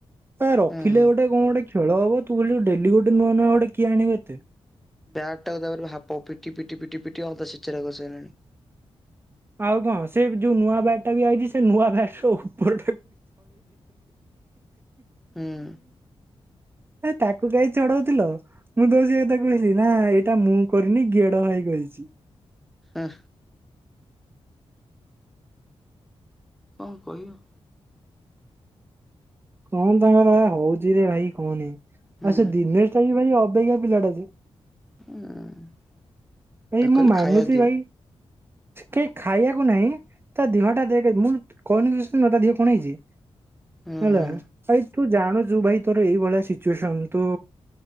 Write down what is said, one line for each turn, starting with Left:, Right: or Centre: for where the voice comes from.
Right: ଆ ରଖିଲେ
Centre: ହଁ ହଁ
Right: ଗୋଟେ କଣ ଗୋଟେ ଖେଳ ହବ ତୁ ଏଠି ଡେଲି ଗୋଟେ ନୂଆ ନୂଆ ଗୋଟେ କିଏ ଆଣିବ ଏତେ।
Centre: ବ୍ୟାଟ୍ ଟାକୁ ତାପର ଦିନ ପିଟି- ପିଟି- ପିଟି- ପିଟି ଅଧା ଛେଚେରା କରିସାରିଲାଣି।
Right: ଆଉ କଣ ସେ ଯଉ ନୂଆ ବ୍ୟାଟ୍ ଟା ବି ଆଇଚି ସେ ନୂଆ ବ୍ୟାଟ୍ ର ଉପର୍
Centre: ହୁଁ
Right: ଆ- ତାକୁ କାଇଁ ଚଢଉଥିଲ। ମୁଁ ଦଉଚି <unintelligible> ନା ଏଇଟା ମୁଁ କରିନି ଗେଡା ଭାଇ କରିଚି।
Centre: ଆଁ। କଣ୍ କହିବ।
Right: କଣ୍ ତାଙ୍କର ଭାଇ ହଉଚି ରେ ଭାଇ କହନି
Centre: ହୁଁ
Right: ଆଉ ସେ ଦିନେଶ୍ ଟା ବି ଭାଇ ଅବାଗିଆ ପିଲାଟା ଯେ।
Centre: <unintelligible>
Right: ହେଇ
Centre: ତାକୁ
Right: ଭାଇ ମୁଁ
Centre: କହିଲି
Right: ମାନୁଚି
Centre: ଖାଇବା ଦିଅ
Right: ଭାଇ କେହି ଖାଇବାକୁ ନାହିଁ। ତା ଦେହ ଟା ଦେଖେ ମୁଁ <unintelligible> ଦେହ କଣ ହେଇଚି
Centre: ହୁଁ
Right: ହେଲା।
Centre: ହୁଁ
Right: ଭାଇ ତୁ ଜାଣୁଚୁ ଭାଇ ତୋର ଏଇ ଭଳିଆ ସିଚୁଏସନ୍ ତୁ